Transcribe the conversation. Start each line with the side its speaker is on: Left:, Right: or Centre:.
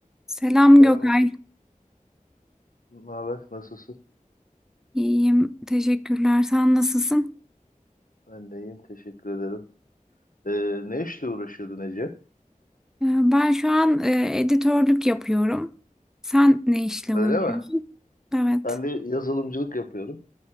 Centre: Selam
Left: Selam
Centre: Gökay.
Left: Ece. Ne haber? Nasılsın?
Centre: İyiyim. Teşekkürler. Sen nasılsın?
Left: Ben de iyiyim. Teşekkür ederim. Ee, ne işle uğraşıyordun Ece?
Centre: Ee, Ben şu an e, editörlük yapıyorum. Sen ne işle
Left: Öyle
Centre: uğraşıyorsun?
Left: mi?
Centre: Evet.
Left: Ben de yazılımcılık yapıyorum.